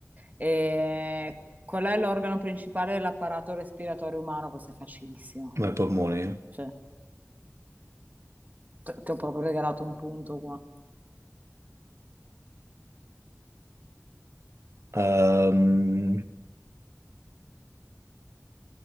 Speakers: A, on the right (about 30°); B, on the right (about 60°).
A: E qual è l'organo principale dell'apparato respiratorio umano? Questo è facilissimo.
B: Ma i polmoni?
A: Cioè, te- ti ho proprio regalato un punto qua.
B: Ehm,